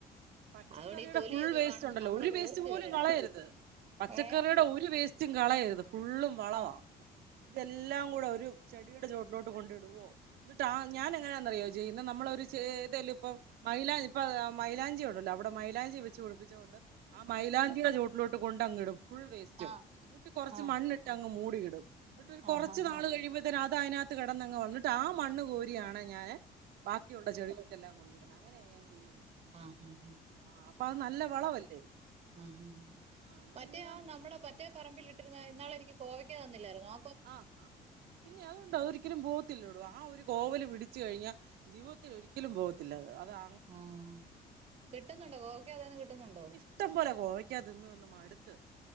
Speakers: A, on the right; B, on the right.
A: പച്ചക്കറീടെ
B: അതുകൊണ്ട് ഈ തൊലിയൊക്കെ
A: ഫുൾ വേസ്റ്റൊണ്ടല്ലോ
B: കാണുമ്പോൾ നമ്മളത്
A: ഒര് വേസ്റ്റ്
B: ഓർക്കുകയില്ലടാൻ
A: പോലും കളയര്ത് പച്ചക്കറിടെ
B: ഏ
A: ടെ ഒരു വേസ്റ്റും കളയര്ത് ഫുള്ളും വളവാ
B: ആ
A: ഇതെല്ലാം കൂടെ ഒരു ചെടിടേ ചോട്ടിലോട്ട് കൊണ്ടിടുവോ ഇന്ന്ട്ട് ആഹ് ഞാനെങ്ങനാന്നറിയോ ചെയ്യുന്നെ നമ്മളൊരു ചേ ഏതേലും ഇപ്പം മൈലാ ഇപ്പ ആഹ് മൈലാഞ്ചി ഒണ്ടല്ലോ അവിടെ മൈലാഞ്ചി വെച്ച് പിടിപ്പിച്ച കൊണ്ട് ആ മൈലാഞ്ചീടെ ചോട്ടിലോട്ട് കൊണ്ടങ്ങിടും ഫുൾ വേസ്റ്റും
B: ആ ആ
A: ഇന്ന്ട്ട് കൊറച്ച്
B: ആ
A: മണ്ണ്ട്ടങ്ങ് മുടീ ഇടും ഇന്നട്ടൊരു
B: ആ ആ
A: കൊറച്ച് നാള് കഴിയിമ്പ ത്തേന് അതയ്നാത്ത് കെടന്നങ്ങ് വള ഇന്നട്ട് ആ മണ്ണ് കോരിയാണ് ഞാന് ബാക്കിയൊള്ള ചെടികളൊ ക്കെല്ലാം കൊണ്ട് ഇട്ന്നെ അങ്ങനെയാ ഞാൻ ചെയ്യ്ന്നെ
B: ആ ആ ആ
A: ആഹ് അപ്പ അത് നല്ല വളവല്ലേ
B: ആഹ് ആഹ് ആഹ്
A: ആ അങ്ങനെ
B: മറ്റേ
A: ചെയ്താ
B: ആ
A: മതി
B: നമ്മടെ മറ്റേ പറമ്പിലി ഇടുന്നെ ഇന്നാളെനിക്ക് കോവയ്ക്ക തന്നില്ലായിരുന്നോ?
A: ആഹ് ആഹ് പിന്നെ അതൊണ്ട് അതൊരിക്കലും പോകത്തില്ലടോ ആഹ് ഒരു കോവല് പിടിച്ചു കഴിഞ്ഞാ ജീവിതത്തിലൊരിക്കലും പോവത്തില്ല അത് അതാ
B: ആഹ് കിട്ടുന്നൊണ്ടോ കോവക്ക അതേന്ന് കിട്ടുന്നൊണ്ടോ?
A: ഇഷ്ട്ടം പോലെ കോവയ്ക്ക തിന്ന് തിന്ന് മടുത്ത്